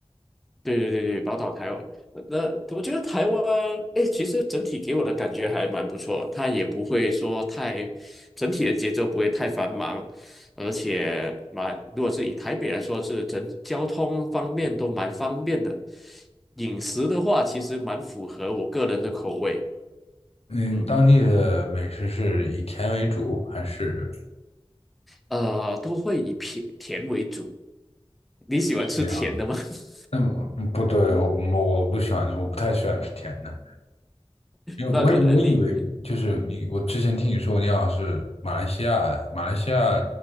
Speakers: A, in the centre; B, on the left (about 80°).
A: 对对对对，宝岛台湾。呃那我觉得台湾，哎，其实整体给我的感觉还蛮不错，它也不会说太，整体的节奏不会太繁忙，而且蛮，如果是以台北来说，是整交通方面都蛮方便的。饮食的话，其实蛮符合我个人的口味，
B: 嗯，
A: 嗯，
B: 当地的美食是以甜为主还是
A: 呃，都会以甜甜为主。你喜欢吃甜的吗？
B: 怎样？
A: <laughs>
B: 嗯，我不对，我我不喜欢，我不太喜欢吃甜的，因为我以我以为就是你，
A: 那可能你
B: 我之前听你说你好像是马来西亚的，马来西亚